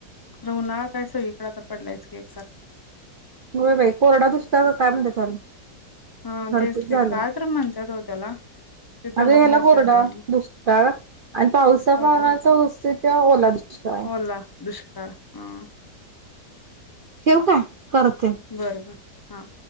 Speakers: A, on the left; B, on the right.
A: उन्हाळा काय सगळीकडे आता पडलायच की एकसारखं.
B: हो बाई कोरडा दुषकाचय म्हण त्याला.
A: हा
B: झडतीच
A: तेच की
B: झाल्या
A: काय तर म्हणतात हो त्याला. ते तोंडात
B: अग याला
A: माझ्या
B: कोरडा
A: शब्द येईना
B: दुसकाळ आणि पावसा
A: कोरडा
B: पावण्याचा
A: दुष्काळ,
B: उस्त ते ओला दुष्काळ आहे.
A: ओला दुष्काळ हा
B: ठेव का करत ते?
A: बरोबर हा.